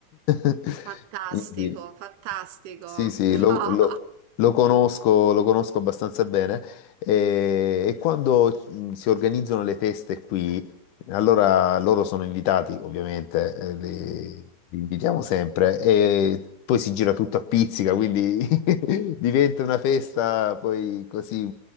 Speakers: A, on the left (about 80°); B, on the right (about 80°).
A: <laughs>
B: Fantastico,
A: Quindi,
B: fantastico.
A: sì, sì,
B: <laughs> No.
A: lo, lo- lo conosco, lo conosco abbastanza bene. E, e quando mh, si organizzano le feste qui, allora loro sono invitati, ovviamente, eh, li, li invitiamo sempre. E poi si gira tutto a pizzica, quindi <laughs> diventa una festa poi così